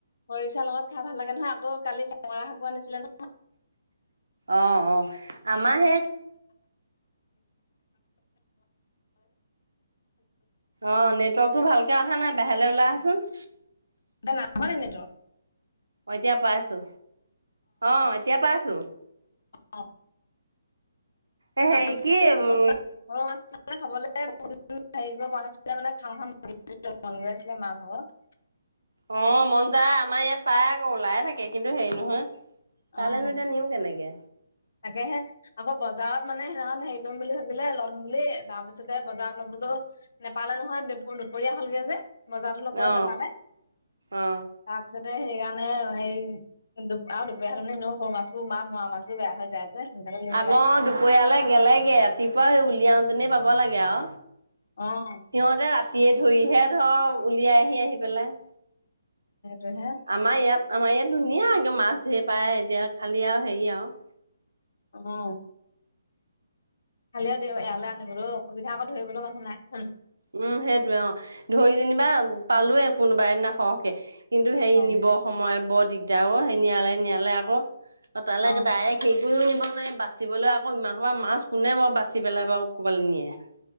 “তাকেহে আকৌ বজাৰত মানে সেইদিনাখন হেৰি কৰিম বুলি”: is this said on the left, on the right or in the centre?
Left